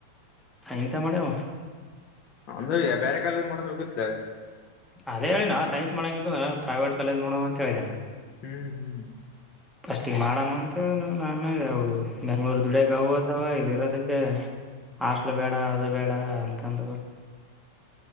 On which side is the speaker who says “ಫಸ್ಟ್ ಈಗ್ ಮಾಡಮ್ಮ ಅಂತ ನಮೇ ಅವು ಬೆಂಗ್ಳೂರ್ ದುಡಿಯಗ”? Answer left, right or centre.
Centre